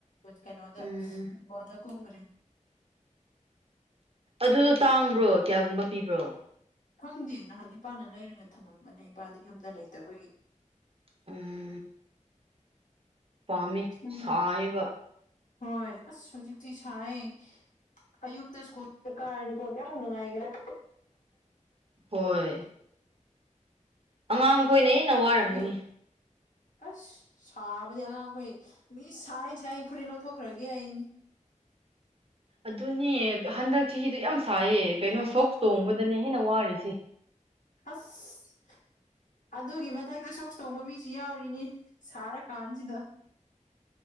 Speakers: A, on the left; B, on the right.
A: ꯀꯩꯅꯣꯗ
B: ꯎꯝ
A: ꯍꯤꯡꯒꯣꯟꯗ ꯀꯨꯝꯒ꯭ꯔꯤ
B: ꯑꯗꯨꯗꯣ ꯇꯥꯡꯕ꯭ꯔꯣ ꯀꯌꯥꯒꯨꯝꯕ ꯄꯤꯕ꯭ꯔꯣ
A: ꯈꯪꯗꯦ ꯅꯍꯥꯟ ꯏꯄꯥꯅ ꯂꯩꯔꯒ ꯊꯝꯃꯝꯕꯅꯦ ꯏꯄꯥꯗ ꯌꯨꯝꯗ ꯂꯩꯇꯕꯒꯤ
B: ꯎꯝ ꯄꯥꯝꯃꯤ
A: ꯁꯦꯝꯃꯦ
B: ꯁꯥꯏ ꯌꯦꯕꯥ
A: ꯍꯣꯏ ꯑꯁ ꯍꯧꯖꯤꯛꯇꯤ ꯁꯥꯏ ꯑꯌꯨꯛꯇ ꯁꯀꯨꯜꯒ ꯀꯥꯔꯗꯤꯀꯣ ꯀꯌꯥꯃꯨꯛ ꯅꯨꯡꯉꯔꯅꯤ
B: ꯍꯣꯏ ꯑꯉꯥꯡꯈꯣꯏꯅ ꯍꯦꯟꯅ ꯋꯥꯔꯝꯒꯅꯤ
A: ꯌꯨꯝ ꯑꯁ ꯁꯥꯕꯗꯤ ꯑꯉꯥꯡꯈꯣꯏ ꯃꯤ ꯁꯥꯏ ꯁꯥꯏ ꯐꯨꯔꯤꯠ ꯂꯧꯊꯣꯛꯈ꯭ꯔꯒꯦ ꯑꯩ
B: ꯑꯗꯨꯅꯦ ꯍꯟꯗꯛ ꯆꯍꯤꯗꯨ ꯌꯥꯝ ꯁꯥꯏꯌꯦ ꯀꯩꯅꯣ ꯁꯣꯛꯁ ꯇꯣꯡꯕꯗꯅ ꯍꯦꯟꯅ ꯋꯥꯔꯤꯁꯦ
A: ꯑꯁ ꯑꯗꯨꯒꯤ ꯃꯊꯛꯇ ꯁꯣꯛꯁ ꯇꯣꯡꯕ ꯃꯤꯁꯨ ꯌꯥꯎꯔꯤꯅꯤ ꯁꯥꯔꯀꯥꯟꯁꯤꯗ